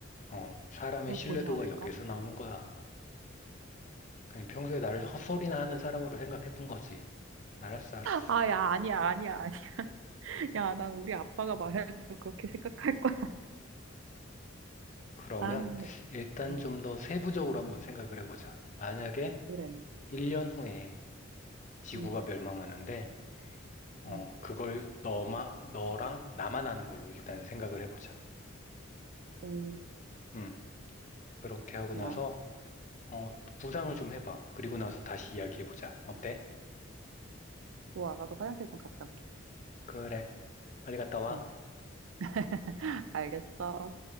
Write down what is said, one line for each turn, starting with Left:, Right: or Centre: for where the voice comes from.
Left: 어, 사람의 신뢰도가
Right: 보지 않을까?
Left: 여기에서 나오는 거야. 그냥 평소에 나를 헛소리나 하는 사람으로 생각했던 거지. 알았어, 알았어.
Right: 아, 야, 아니야, 아니야, 아니야. <laughs> 야, 난 우리 아빠가 말해도 그렇게 생각할 거야.
Left: 그러면
Right: 아,
Left: 일단
Right: 음,
Left: 좀 더 세부적으로 한번 생각을 해보자. 만약에
Right: 그래.
Left: 1년 후에 지구가
Right: 음,
Left: 멸망하는데, 어,
Right: 음,
Left: 그걸 너마, 너랑 나만 아는 걸로 일단 생각을 해보자.
Right: 오,
Left: 음, 그렇게 하고
Right: 좋아.
Left: 나서, 어, 구상을 좀 해봐. 그리고 나서 다시 이야기해보자. 어때?
Right: 좋아, 나도 화장실 좀 갔다 올게.
Left: 그래. 빨리 갔다 와.
Right: 음. <laughs> 알겠어.